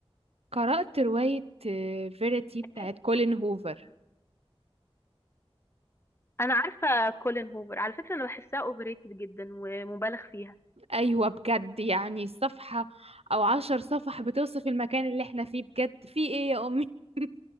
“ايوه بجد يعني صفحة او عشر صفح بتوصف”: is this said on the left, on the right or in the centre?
Right